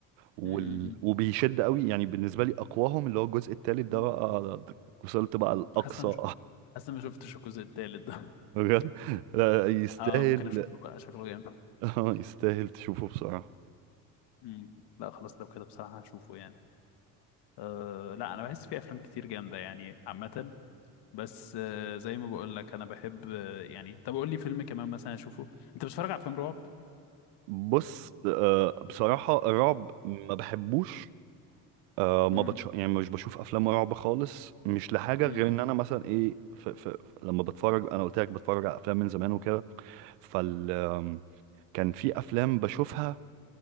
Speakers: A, on the right; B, on the left.
A: وال...
B: مم، مم،
A: وبيشد قوي يعني بالنسبه لي اقواهم اللي هو الجزء الثالث ده
B: مم.
A: بقى وصلت بقى الاقصى
B: حاسس شفت انا
A: <laughs>
B: مش حاسس انا ما شفتش الجزء التالت ده <laughs>
A: بجد لا، يستاهل
B: اه ممكن اشوفه بقى شكله جامد
A: <laughs> يستاهل تشوفه بصراحه
B: مم. لا خلاص لو كده بصراحة هشوفه يعني آه لا انا بحس في افلام كتير جامدة يعني عامة بس آه زي ما بقول لك انا بحب آه يعني طب قول لي فيلم كمان مثلا اشوفه انت بتتفرج على افلام رعب
A: بص آه، بصراحه الرعب ما بحبوش آه، ما
B: امم
A: بتش... يعني مش بشوف افلام رعب خالص مش لحاجه
B: امم
A: غير ان انا مثلا ايه ف... ف... لما بتفرج انا قلت لك بتفرج على افلام من زمان وكده فال آم، كان في افلام بشوفها